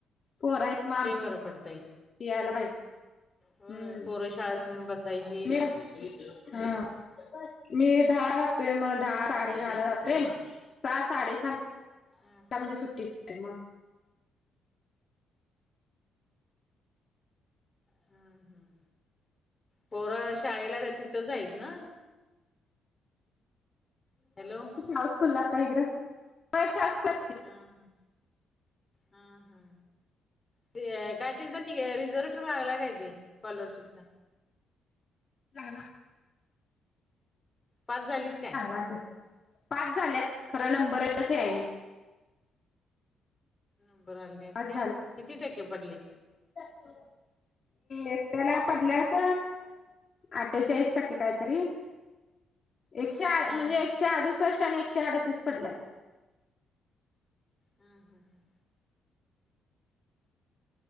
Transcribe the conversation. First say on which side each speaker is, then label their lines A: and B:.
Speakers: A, on the left; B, on the left.
A: पोरं आहेत मग आमची
B: ते बरं पडतंय.
A: यायला पाहिजे.
B: होय
A: हम्म
B: पोरं शाळाच नेऊन बसायची
A: मी हा. मी दहा जातोय मग द साडे दहा ला जातोय सहा साडे
B: हम्म.
A: म्हणजे सुट्टीत म
B: हम् हम् पोर शाळेला तिथंच आहेत ना? हॅलो.
A: शा स्कूल ला आता इकडं वा स्कुल.
B: हा हा ह ह ते कायतीन तर रिझर्ट लागला काय ते स्कॉलरशिपचा?
A: लागला.
B: पास झालीत काय
A: सांगला पास झाल्यात खरं नंबरच असे येईल.
B: नंबर आले नाहीत
A: आज
B: काय किती टक्के पडलेत?
A: हो. एकट्याला पडल्यात आठेचाळीस टक्के काहीतरी. एकशे
B: हा
A: म्हणजे एकशे अडुसष्ट आणि एकशे अडतीस पडल्यात.
B: हम हम ह.